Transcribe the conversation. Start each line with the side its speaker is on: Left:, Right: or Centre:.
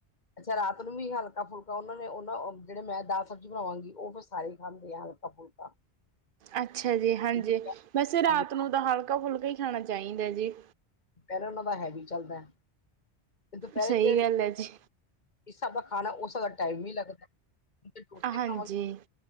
Left: ਅੱਛਾ ਰਾਤ ਨੂੰ ਵੀ ਹਲਕਾ ਫੁਲਕਾ ਉਨਾਂ ਨੇ ਉਨਾਂ ਜੇੜੇ ਮੈਂ ਦਾਲ ਸਬਜ਼ੀ ਬਣਾਵਾਂਗੀ ਓ ਪਸੰ ਸਾਰੇ ਖਾਂਦੇ ਆ ਹਲਕਾ ਫੁਲਕਾ
Right: ਅੱਛਾ ਜੀ ਹਾਂਜੀ
Left: ਤੇ ਦੁਪਹਿਰ
Right: ਵੈਸੇ ਰਾਤ
Left: ਹੈਵੀ,
Right: ਨੂੰ ਤਾਂ ਹਲਕਾ ਫੁਲਕਾ ਈ ਖਾਣਾ ਚਾਈਦਾ ਜੀ।
Left: ਕੈਲੇ ਉਨਾਂ ਦਾ ਹੈਵੀ ਚੱਲਦਾ। ਦੁਪਹਿਰੇ
Right: ਸਹੀ
Left: ਜੇ
Right: ਗੱਲ ਹੈ ਜੀ
Left: ਇਸ ਹੱਥ ਦਾ ਖਾਣਾ, ਉਸ ਹਿਸਾਬ ਦਾ ਟਾਈਮ ਈ ਲੱਗਦਾ। ਨਹੀਂ ਤੇ ਕੋਫਤੇ
Right: ਹਾਂਜੀ
Left: ਬਣਾਵਾਂਗੀ,